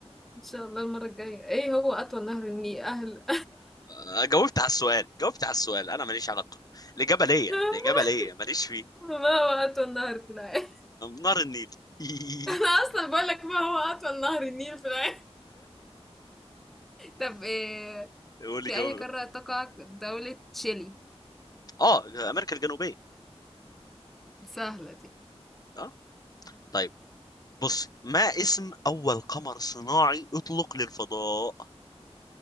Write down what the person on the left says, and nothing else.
آه، جاوبت على السؤال جاوبت على السؤال أنا ماليش علاقة الإجابة ليا
الإجابة ليا ماليش فيه
نار النيل <laughs>
قول لي
<laughs> جاوب
اه أمريكا الجنوبية
اه طيب بصي ما اسم أول قمر صناعي أطلق للفضاء؟